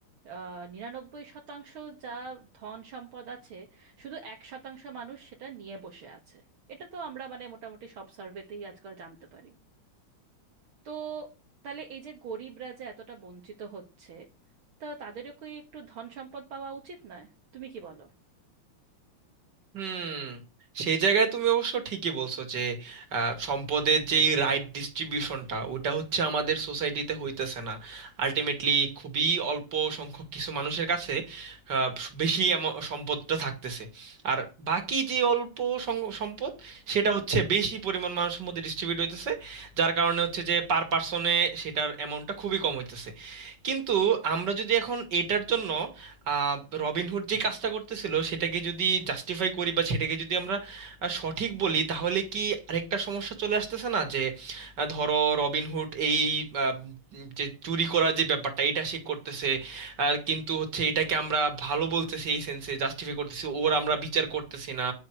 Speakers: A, on the right (about 70°); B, on the right (about 50°).
A: আহ, নিরানব্বই শতাংশ যা ধন সম্পদ আছে শুধু এক শতাংশ মানুষ সেটা নিয়ে বসে আছে এটা তো আমরা মানে মোটামুটি সব সার্ভেতেই আজকাল জানতে পারি তো তাহলে এই যে গরিবরা যে এতটা বঞ্চিত হচ্ছে তা তাদেরও কি একটু ধন সম্পদ পাওয়া উচিত নয় তুমি কি বলো
B: হুম সেই জায়গায় তুমি অবশ্য ঠিকই বলছো যে আহ, সম্পদের যে রাইট ডিস্ট্রিবিউশনটা ওটা হচ্ছে আমাদের সোসাইটিতে হইতেছে না আলটিমেটলি খুবই অল্প সংখ্যক কিছু মানুষের কাছে আহ, বেশি এম- সম্পদটা থাকতেছে আর বাকি যে অল্প সং- সম্পদ সেটা হচ্ছে বেশি পরিমাণ মানুষের মধ্যে ডিস্ট্রিবিউট হইতেছে যার কারণে হচ্ছে যে পার পার্সনে সেটার অ্যামাউন্টটা খুবই কম হইতেছে কিন্তু আমরা যদি এখন এটার জন্য আহ, রবিনহুড যে কাজটা করতেছিল সেটাকে যদি জাস্টিফাই করি বা সেটাকে যদি আমরা আহ, সঠিক বলি তাহলে কি আরেকটা সমস্যা চলে আসতেছে না যে আহ, ধরো রবিনহুড এই আহ, উম, যে চুরি করার যে ব্যাপারটা এটা সে করতেছে আহ, কিন্তু হচ্ছে এটাকে আমরা ভালো বলতেছি এই সেন্সে জাস্টিফাই করতেছি ওর আমরা বিচার করতেছি না